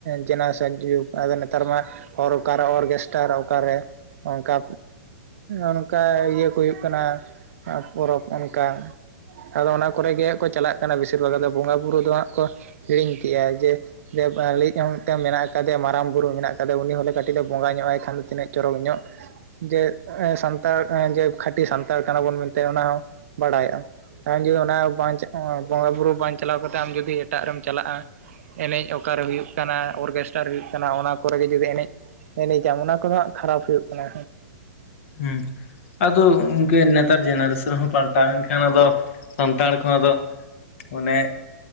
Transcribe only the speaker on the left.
ᱦᱮᱸ ᱟᱫᱚ ᱤᱱᱠ ᱱᱮᱛᱟᱨ ᱡᱮᱱᱟᱨᱮᱥᱚᱱ ᱦᱚᱸ ᱯᱟᱞᱴᱟᱣ ᱮᱱᱠᱷᱟᱱ ᱟᱫᱚᱼᱼ ᱥᱟᱱᱛᱟᱲ ᱠᱚᱦᱚᱸ ᱟᱫᱚ ᱚᱱᱮ